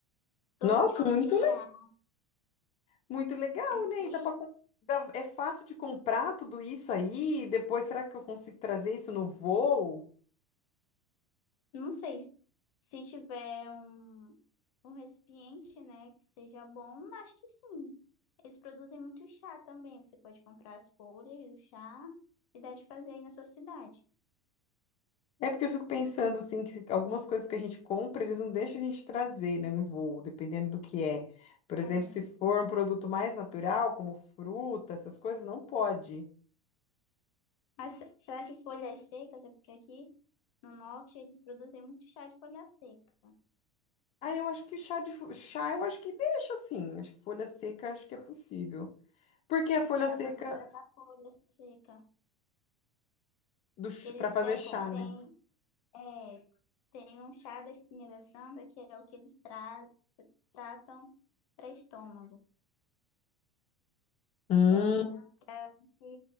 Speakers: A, on the left; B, on the left.
A: todo
B: Nossa,
A: tipo
B: muito
A: de chá.
B: Muito legal,
A: Aqui,
B: né? E dá pra, com- dá- é fácil de comprar tudo isso aí. e Depois, será que eu consigo trazer isso no voo?
A: não sei se tiver um, um recipiente, né, que seja bom, acho que sim. Eles produzem muito chá também. Você pode comprar as folhas, o chá, e dá de fazer aí na sua cidade.
B: É porque eu fico pensando assim, que algumas coisas que a gente compra, eles não deixam a gente trazer, né, no voo, dependendo do que é. Por exemplo,
A: É.
B: se for um produto mais natural, como fruta, essas coisas, não pode.
A: Mas se- será que folhas secas? É porque aqui no norte eles produzem muito chá de folha seca.
B: Ah, eu acho que chá de fo- chá, eu acho que deixa assim. Acho que folha seca, acho que é possível. Porque a folha
A: Dá
B: seca
A: para você levar folha seca.
B: do
A: Que eles
B: para fazer
A: secam,
B: chá, né?
A: tem É, tem um chá da espinha da santa que é o que eles tra- tratam para estômago.
B: Hum,
A: E é o pra- que